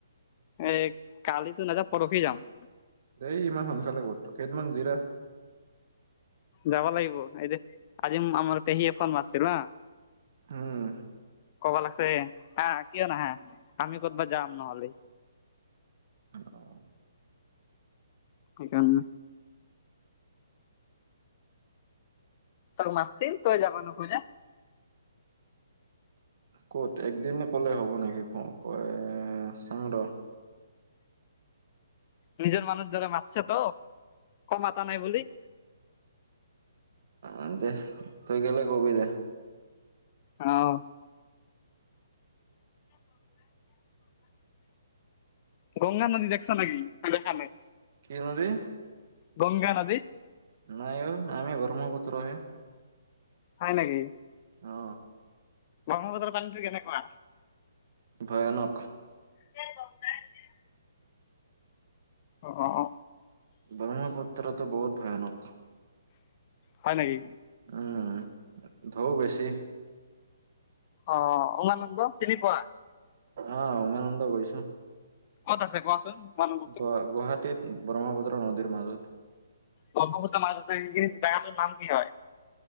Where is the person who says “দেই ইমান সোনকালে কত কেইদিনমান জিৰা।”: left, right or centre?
Right